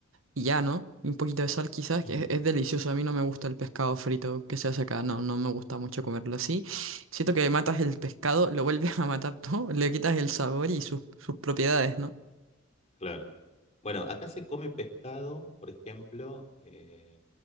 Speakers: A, on the right (about 80°); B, on the left (about 35°).
A: y ya, ¿no? Y un poquito de sal quizás,
B: ujú,
A: que es, es delicioso. A mí no me gusta el pescado frito que se hace acá, no, no me gusta mucho comerlo así. Siento que matas el pescado, lo vuelves <laughs> a matar todo, le quitas el sabor y sus, sus propiedades, ¿no?
B: claro. Bueno, acá se come pescado, por ejemplo, eh,